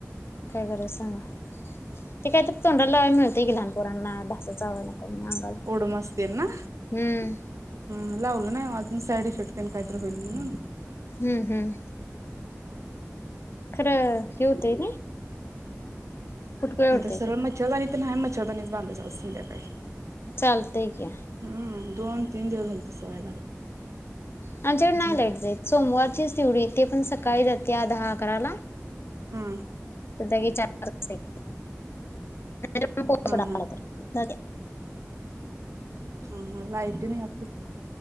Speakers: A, on the left (about 50°); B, on the right (about 65°).
A: काय करायच सांगा? ते काहीतरी तोंडाला लावायला मिळतेय की लहान पोरांना डास चावायला. नको म्हणून अंगाला.
B: ओडोमास तेल ना?
A: हम्म
B: हं, लावलं नाही ओ आज साईड इफेक्ट तेन काहीतरी होईल म्हणून.
A: हं हं. खरं, हे होतेंय नाही? फुटकुळ्या उडत्या
B: आता सरळ
A: त्या.
B: मच्छरदाणी तर न्हाय मच्छरदाणीच बांधायचो आओ संध्याकाळी.
A: चालतय की
B: हम्म दोन, तीन दिवस झाल, तस व्हाय लागलंय.
A: आमच्याकड नाही
B: झोप
A: लाईट जाई. सोमवारचीच तेवढी ते पण स काय जातीया दहा अकराला.
B: हां,
A: तर लगेच या चार पाच तासानी. <unintelligible>
B: हं
A: दाद्या,
B: हा हा लाईटिन आपली.